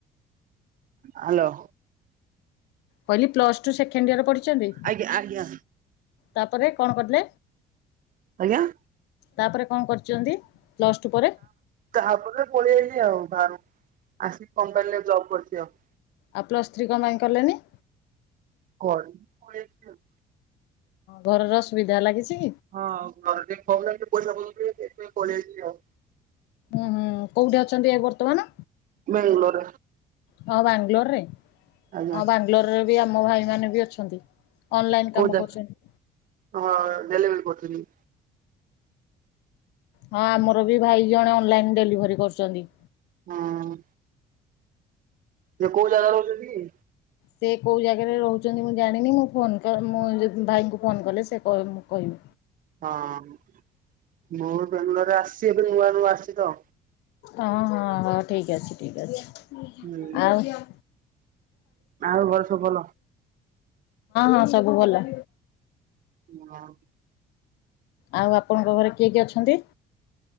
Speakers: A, on the right (about 55°); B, on the left (about 85°).
A: ହାଲୋ।
B: କହିଲି ପ୍ଲ ଟୁ ସେକେଣ୍ଡ ଇୟର ପଢିଚନ୍ତି।
A: ଆଜ୍ଞା ଆଜ୍ଞା।
B: ତାପରେ କଣ କରିଲେ?
A: ଆଜ୍ଞା।
B: ତାପରେ କଣ କରିଚନ୍ତି ପ୍ଲସ ଟୁ ପରେ?
A: ତାଆପରେ ପଳେଇଆଇଲି ଆଉ ବାହାରୁକୁ ଆସିକି କମ୍ପାନୀରେ ଜବ୍ କରିଚି ଆଉ।
B: ଆଉ ପ୍ଲସ୍ ଥ୍ରୀ କଁ ପାଇଁ କଲେନି?
A: କଣ <unintelligible>
B: ଘର ର ଅସୁବିଧା ଲାଗିଛି?
A: ହଁ ଘରେ <unintelligible> ପଇସା ପତର ସେଇଥିପାଇଁ ପଳେଇ ଆଇଚି ଆଉ।
B: ଓହୋ କୋଉଠି ଅଛନ୍ତି ଏ ବର୍ତ୍ତମାନ?
A: ବାଙ୍ଗଲୋର
B: ହଁ ବାଙ୍ଗଲୋରରେ
A: ଆଜ୍ଞା
B: ହଁ ବାଙ୍ଗଲୋରରେ ବି ଆମ ଭାଇମାନେ ବି ଅଛନ୍ତି। ଅନଲାଇନ୍
A: କୋଉ
B: କାମ
A: ଜା
B: କରୁଚନ୍ତି।
A: ହଁ ଡେଲିଭରି କରୁଥିଲି।
B: ହଁ ଆମର ବି ଭାଇ ଜଣେ ଅନଲାଇନ ଡେଲିଭରି କରୁଚନ୍ତି।
A: ହଁ। ସେ କୋଉ ଜାଗା ରହୁଚନ୍ତି କି?
B: ସେ କୋଉ ଜାଗାରେ ରହୁଚନ୍ତି ମୁଁ ଜାଣିନି ମୁଁ ଫୋନ କ ମୁଁ ଯଦି ଭାଇଙ୍କୁ ଫୋନ କଲେ ସେ କେଇବେ ମୁଁ କଇବି।
A: ହଁ ମୁଁ ବେଙ୍ଗଲୋରରେ ଆସିଚି ଏବେ ନୂଆ ନୂଆ ଆସିଚି ତ।
B: ଅହ ହ ଠିକ ଅଛି ଠିକ ଅଛି
A: ହୁଁ
B: ଆଉ ହଁ
A: ଆଉ ଘରେ ସବୁ ଭଲ?
B: ହଁ ସବୁ ଭଲ।
A: ହଁ।
B: ଆଉ ଆପଣଙ୍କ ଘରେ କିଏ କିଏ ଅଛନ୍ତି?